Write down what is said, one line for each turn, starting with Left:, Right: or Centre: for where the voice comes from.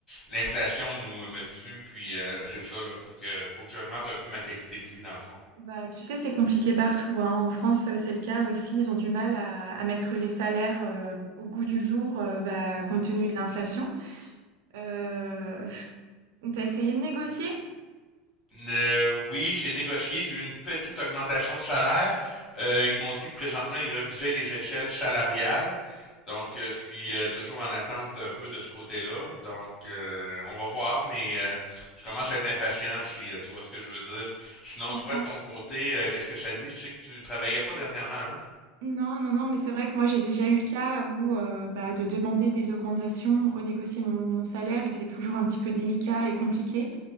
Left: l'inflation nous me tue. Puis euh, c'est ça, là, faut que faut que j'augmente un peu ma qualité de vie dans le fond.
Right: Bah, tu sais, c'est compliqué partout, hein. En France, euh, c'est le cas aussi. Ils ont du mal à, à mettre les salaires euh, au goût du jour, euh, bah, compte tenu de l'inflation. Euh, on t'a essayé de négocier?
Left: Euh, oui, j'ai négocié, j'ai eu une petite augmentation de salaire. Euh, ils m'ont dit que présentement, ils revisaient les échelles salariales. Donc, euh, je suis euh, toujours en attente un peu de ce côté-là. Donc, euh, on va voir, mais euh, je commence à être impatient si euh, tu vois ce que je veux dire. Sinon,
Right: Je comprends.
Left: toi, de ton côté, euh, qu'est-ce que ça dit? Je sais que tu travaillais
Right: Bah,
Left: pas dernièrement, hein?
Right: Non, non, non, mais c'est vrai que moi j'ai déjà eu le cas où euh, bah, de demander des augmentations, renégocier mon, mon salaire et c'est toujours un petit peu délicat et compliqué.